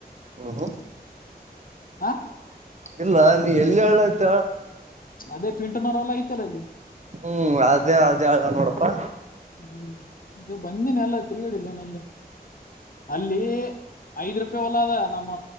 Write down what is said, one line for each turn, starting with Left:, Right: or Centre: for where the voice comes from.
Right: ಹ್ಮ್
Left: ಹ
Right: ಇಲ್ಲ ನೀ ಎಲ್ಲಿ ಹೇಳಯ್ತ
Left: ಅದೇ ಪಿಂಟುನವರ ಎಲ್ಲ ಐತಲ್ಲ ಇಲ್ಲಿ
Right: ಹ್ಮ್ ಅದೇ ಅದೇ ನೋಡಪ್ಪಾ
Left: ಹ್ಮ್ ಇದು ಬಂದಿನ ಎಲ್ಲ ತಿಗೇಡಿಲ್ಲಲ್ಲಿ ಅಲ್ಲಿ ಐದ್ ರೂಪಾಯಿ ಹೊಲ ಅದ ನಮ್ಮ